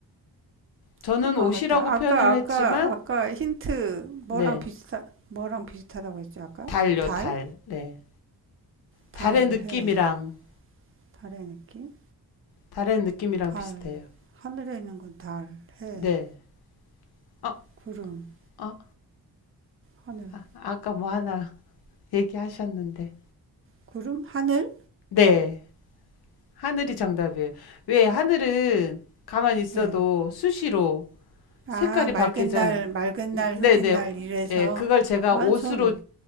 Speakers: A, on the left (about 70°); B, on the right (about 35°).
A: 저는
B: 그- 아,
A: 옷이라고
B: 맞다.
A: 표현을
B: 아까, 아까,
A: 했지만
B: 아까 힌트 뭐랑
A: 네.
B: 비슷하, 뭐랑 비슷하다고 했죠, 아까?
A: 달요
B: 달?
A: 달. 네.
B: 달해.
A: 달의 느낌이랑
B: 달의 느낌?
A: 달의 느낌이랑
B: 달.
A: 비슷해요.
B: 하늘에 있는 건 달, 해,
A: 네. 어,
B: 구름,
A: 어,
B: 하늘.
A: 아, 아까 뭐 하나 얘기하셨는데.
B: 구름? 하늘?
A: 네. 하늘이 정답이에요. 왜 하늘은 가만히 있어도
B: 네.
A: 수시로
B: 아,
A: 색깔이
B: 맑은
A: 바뀌잖아요.
B: 날, 맑은
A: 네네.
B: 날, 흐린 날 이래서
A: 예, 그걸 제가
B: 아,
A: 옷으로,
B: 전